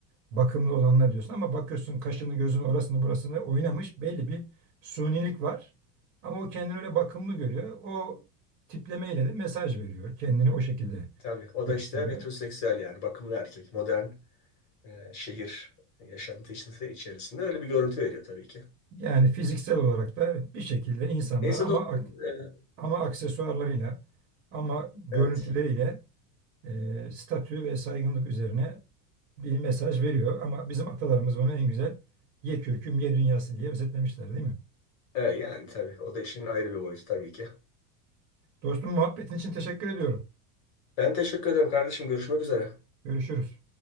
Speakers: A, on the right; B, on the left.
A: bakımlı olanına diyorsun ama bakıyorsun kaşını gözünü orasını burasını oynamış belli bir sunilik var. Ama o kendini öyle bakımlı görüyor. O tiplemeyle de mesaj veriyor. Kendini o şekilde
B: Tabii. O
A: gösteriyor.
B: da işte metroseksüel yani bakımlı erkek. Modern e, şehir yaşantısı içerisinde öyle bir görüntü veriyor tabii ki.
A: Yani fiziksel olarak da bir şekilde insanlar
B: Neyse
A: ama
B: dostum.
A: ak-
B: e,
A: ama aksesuarlarıyla ama görüntüleriyle
B: evet.
A: e, statü ve saygınlık üzerine bir mesaj veriyor. Ama bizim atalarımız bunu en güzel ye kürküm ye dünyası diye özetlemişler değil mi?
B: E, yani tabii. O da işin ayrı bir boyutu tabii ki.
A: Dostum muhabbetin için teşekkür ediyorum.
B: Ben teşekkür ederim kardeşim. Görüşmek üzere.
A: Görüşürüz.